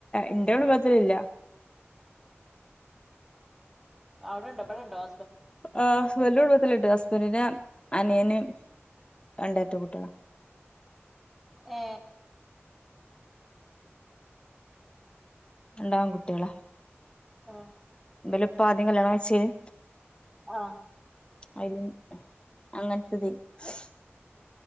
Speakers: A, on the left; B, in the centre.
A: ഇന്റെ കുടുംബത്തിൽ ഇല്ല
B: അവിടെണ്ടോ ബടണ്ടോ
A: ആ ഇവലെ കുടുംബത്തില് ഇണ്ട് ഹസ്ബന്റിനെ അനിയന് രണ്ട് എരട്ട കുട്ടികളാ
B: ഏ
A: രണ്ടു ആൺ കുട്ടികളാ
B: ആ
A: ഇബലെ ഇപ്പ ആദ്യം കല്യാണം കഴിചീല്
B: ആ
A: അയില് അങ്ങനത്തതില് ഹ <inaudible>